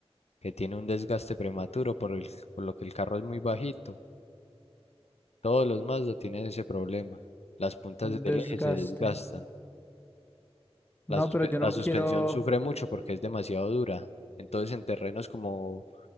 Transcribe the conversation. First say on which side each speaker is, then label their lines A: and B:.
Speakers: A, on the left (about 75°); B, on the left (about 20°).
A: que tiene un desgaste prematuro por, el- por lo que el carro es muy bajito. Todos los Mazda tienen ese problema. Las puntas
B: Un
A: del
B: desgaste.
A: eje se desgastan.
B: No,
A: La, suspe-
B: pero yo no
A: la suspensión
B: quiero.
A: sufre mucho porque es demasiado dura. Entonces, en terrenos como,